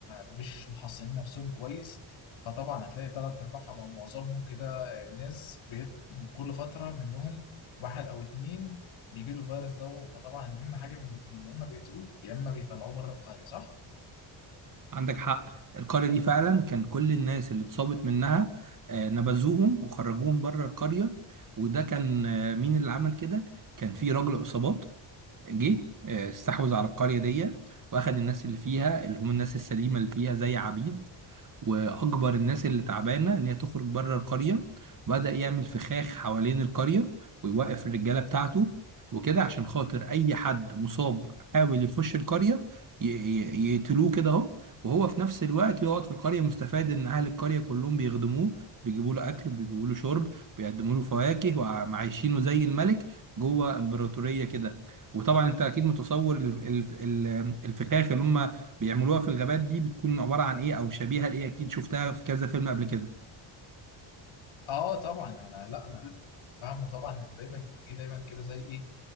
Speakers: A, on the left; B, on the right.
A: مش محصنين نفسهم كويس فطبعا هتلاقي تلات ارباعهم او معظمهم كده آه، ناس بيت كل فترة منهم واحد او اتنين بيجي له الفيروس ده فطبعا يا اما حاجة من الاتنين يا اما بيقتلوه يا اما بيطلعوه بره القرية صح؟
B: عندك حق القرية دي فعلا كان كل الناس اللي اتصابت منها آه نبذوهم وخرجوهم بره القرية وده كان آه مين اللي عمل كده كان في راجل عصابات جه آه، استحوذ على القرية دي واخد الناس اللي فيها اللي هم الناس السليمة اللي فيها زي عبيد واجبر الناس اللي تعبانه ان هي تخرج بره القريه وبدا يعمل فخاخ حوالين القريه ويوقف الرجاله بتاعته وكده عشان خاطر اي حد مصاب حاول يخش القريه ي- ي- يقتلوه كده اهو وهو في نفس الوقت يقعد في القريه مستفاد ان اهل القريه كلهم بيخدموه بيجيبوا له اكل بيجيبوا له شرب بيقدموا له فواكه وعايشينه زي الملك جوه امبراطوريه كده وطبعا انت اكيد متصور الف- الف- الفخاخ اللي هم بيعملوها في الغابات دي بتكون عباره عن ايه او شبيهه لايه اكيد شفتها في كذا فيلم قبل كده
A: اه طبعا انا لا انا فاهمه طبعا ان دايما بيبقى فيه دايما كده زي ايه